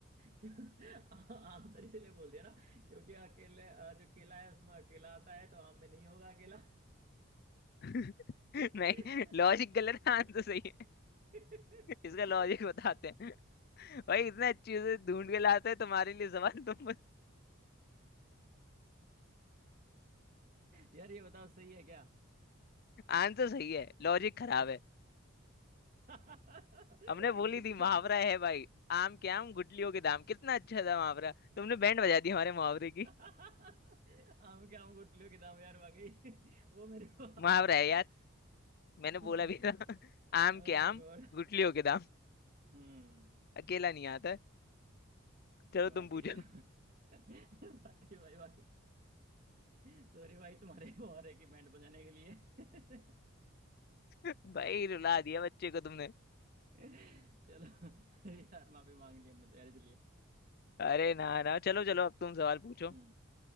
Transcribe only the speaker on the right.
क्यों आ- आंसर इसलिए बोल दिया ना क्योंकि अकेले अ, जो केला है उसमें अकेला आता है तो आम में नहीं होगा अकेला
<laughs>
<laughs>
यार ये बताओ सही है क्या
अच्छा
<laughs>
लॉजिक
खराब
अच्छा
<laughs> आम के आम गुठलियों के दाम यार वाकई <laughs> वो मेरे को
आया नहीं
है
<laughs> ओह
माय
गॉड
हम्म
वाकई
यार <laughs> वाकई भाई वाकई <laughs> सॉरी भाई तुम्हारे को और है कि बैंड बजाने के लिए
<laughs>
<laughs> चलो यार माफी मांग ली हमने तो यार इसलिए
हम्म